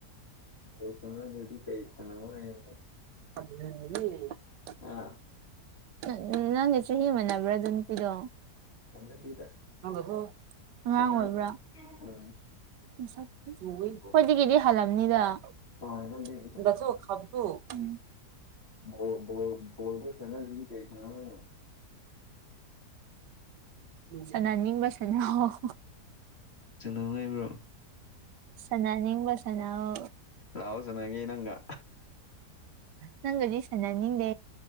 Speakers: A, on the left; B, on the right.
A: ꯕꯣꯜ ꯁꯥꯟꯅꯗ꯭ꯔꯗꯤ ꯀꯩ ꯁꯥꯟꯅꯧ ꯍꯥꯏꯅꯣ
B: <unintelligible>
A: ꯑ
B: ꯅ ꯅꯪꯒ ꯆꯍꯤ ꯃꯥꯅꯕ꯭ꯔꯥ ꯑꯗꯨ ꯅꯨꯄꯤꯗꯣ
A: ꯃꯥꯟꯅꯗꯦꯗ
B: <unintelligible> ꯑꯉꯥꯡ
A: ꯑꯉꯥꯡꯅꯦ
B: ꯑꯣꯏꯕ꯭ꯔꯥ
A: ꯎꯝ
B: <unintelligible> ꯑꯩꯈꯣꯏꯗꯒꯤꯗꯤ
A: ꯕꯣꯜ
B: ꯍꯜꯂꯝꯅꯤꯗ
A: ꯍꯣꯏ
B: <unintelligible>
A: ꯅꯣꯏꯗꯩꯗꯤ ꯐꯅ
B: ꯎꯝ
A: ꯕꯣ ꯕꯣꯜ ꯕꯣꯜꯗꯣ ꯁꯥꯟꯅꯗ꯭ꯔꯗꯤ ꯀꯩ ꯁꯥꯟꯅꯧ ꯍꯥꯏꯅꯣ
B: ꯁꯥꯟꯅꯅꯤꯡꯕ ꯁꯥꯟꯅꯧ
A: ꯁꯥꯟꯅꯧ ꯍꯥꯏꯕ꯭ꯔꯣ
B: ꯁꯟꯅꯅꯤꯡꯕ ꯁꯟꯅꯧ
A: ꯂꯥꯋꯣ ꯁꯅꯥꯒꯦ ꯅꯪꯒ
B: ꯅꯪꯒꯗꯤ ꯁꯟꯅꯅꯤꯡꯗꯦ